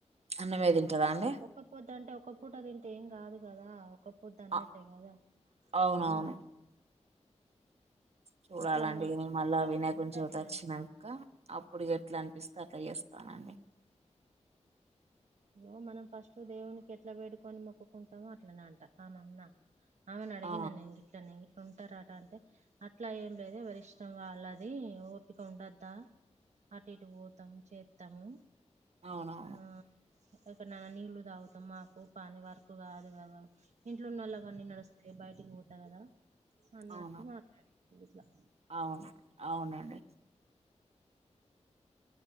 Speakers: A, on the right; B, on the right.
A: అన్నమే తింటాదా అండి
B: ఒక్క పొద్దు అంటే ఒ పూట తింటే ఏం కాదు కదా ఒక పోద్దు అన్నట్టే
A: అ
B: కదా
A: అవునవును
B: అన్ని
A: చూడాలండి
B: అట్లా మా
A: నేను మళ్ళా
B: ఎట్లా
A: వినాయకుని
B: మొక్కుకుంటే
A: చవతి
B: అట్లా
A: వచ్చినా
B: అండి
A: నకా అప్పుడు ఎట్లా అనిపిస్తే అట్లా చేస్తానండి
B: ఇగో మనం ఫస్ట్ దేవునికి ఎట్లా వేడుకొని మొక్కుకుంటామో అట్లనే అంట ఆ మన్న ఆమెను అడిగిన
A: ఆ
B: నెను గిట్లనే ఇట్లా ఉంటారాట అంటే అట్లా ఏం లేదు ఎవరి ఇష్టం వాళ్ళది ఓపిక ఉండద్దా అటు ఇటు పోతాము చేస్తాము
A: అవునవును
B: ఆ ఎక్కడైనా నీళ్లు తాగుతాం మాకు పని వరకు కాదు కదా ఇంట్లోన్నళ్ళకి కన్ని నడుస్త అదే బయటికి పోతా కదా
A: అవును
B: అన్నట్టు మాట్లాడ ఇట్లా
A: అవును అవునండి